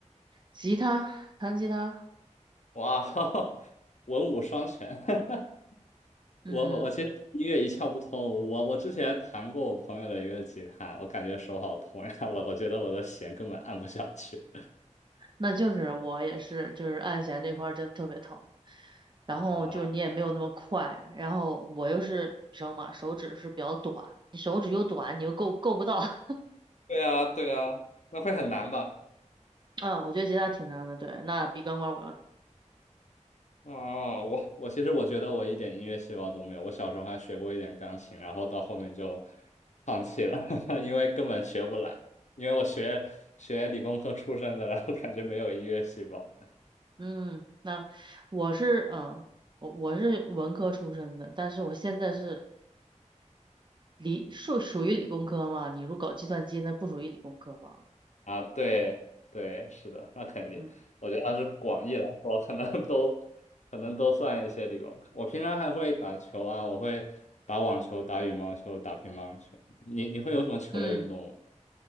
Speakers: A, on the right; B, on the left.
A: 吉他，弹吉他，
B: 哇，<laughs> 文武双全。<laughs>
A: 嗯。
B: 我我其实音乐一窍不通。我我之前弹过我朋友的一个吉他，我感觉手好痛呀，<laughs> 我我觉得我的弦根本按不下去。
A: 那就是我也是，就是按弦这块儿真的特别疼，然后就是你也没有那么快，
B: 哇，
A: 然后我又是女生嘛，手指是比较短，你手指又短，你又够够不到，<laughs>
B: 对啊，对啊，那会很难吧？
A: 嗯，我觉得吉他挺难的，对，那比钢管舞要难，
B: 啊，我我其实我觉得我一点音乐细胞都没有，我小时候还学过一点钢琴，然后到后面就放弃了，<laughs> 因为根本学不来，因为我学学理工科出身的，然后感觉没有音乐细胞
A: 嗯，那我是嗯，我我是文科出身的，但是我现在是理属属于理工科嘛，你如果搞计算机那不属于理工科吧，
B: 啊，对对，是的，那肯定，
A: 嗯
B: 我觉得它是广义来说，可能都可能都算一些理工科。我平常还会打球啊，我会打网球、打羽毛球、打乒乓球。你你会有什么球类运动吗？
A: 嗯。